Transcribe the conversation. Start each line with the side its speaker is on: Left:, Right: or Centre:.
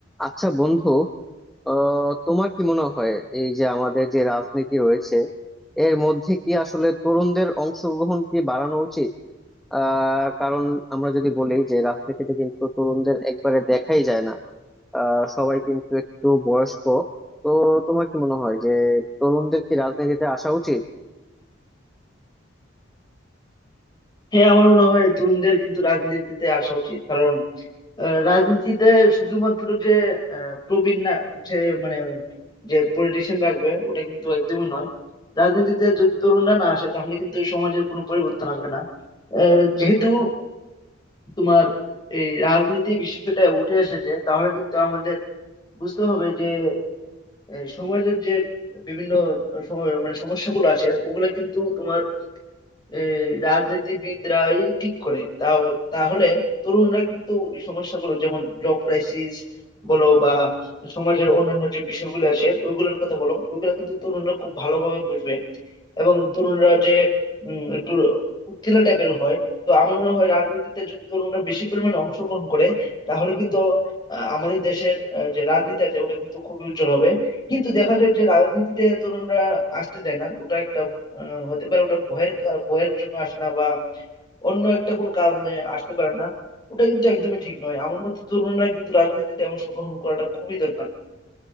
Centre: আচ্ছা বন্ধু আহ তোমার কি মনে হয় এই যে আমাদের যে রাজনীতি রয়েছে এর মধ্যে কি আসলে তরুণদের অংশগ্রহণ কি বাড়ানো উচিত আহ কারণ আমরা যদি বলি যে রাজনীতিতে কিন্তু তরুণদের একবারে দেখাই যায় না আহ সবাই কিন্তু একটু বয়স্ক তো তোমার কি মনে হয় যে তরুণদের কি রাজনীতিতে আসা উচিত
Left: হ্যাঁ আমার মনে হয় তরুণদের কিন্তু রাজনীতিতে আসা উচিত কারণ আহ, রাজনীতিতে শুধুমাত্র যে আহ, প্রবীণ না যে মানে যে পলিটিশিয়ানরা আসবে ওটা কিন্তু একদমই নয় রাজনীতিতে যদি তরুণরা না আসে তাহলে কিন্তু সমাজের কোনো পরিবর্তন আসবে না আহ, যেহেতু তোমার এই রাজনীতি বিষয়টা উঠে এসেছে তাহলে কিন্তু আমাদের বুঝতে হবে যে আহ, সমাজের যে বিভিন্ন সম- মানে সমস্যাগুলো আছে ওগুলা কিন্তু তোমার এ, রাজনীতিবিদরা এই রাজনীতিবিদরাই ঠিক করে তাও তাহলে তরুণরা কিন্তু ওই সমস্যাগুলো যেমন জব ক্রাইসিস বলো বা সমাজের অন্যান্য যে বিষয়গুলো আছে ওইগুলোর কথা বলো ওইগুলো কিন্তু তরুণরা খুব ভালোভাবে বুঝবে এবং তরুণরা যে উম, একটু উত্তেলা টাইপের হয় তো আমার মনে হয় রাজনীতিতে যদি তরুণরা বেশি পরিমাণে অংশগ্রহণ করে তাহলে কিন্তু আহ, আমাদের দেশের আহ, যে রাজনীতি আছে ওটা কিন্তু খুবই উজ্জ্বল হবে কিন্তু দেখা যায় যে রাজনীতিতে তরুণরা আসতে চায় না ওটা একটা আহ, হতে পারে ওটা ভয়ের কার- ভয়ের জন্য আসে না বা অন্য একটা কোনো কারণে আসতে পারে না ওটা কিন্তু একদমই ঠিক নয় আমার মতে তরুণরা কিন্তু রাজনীতিতে অংশগ্রহণ করাটা খুবই দরকার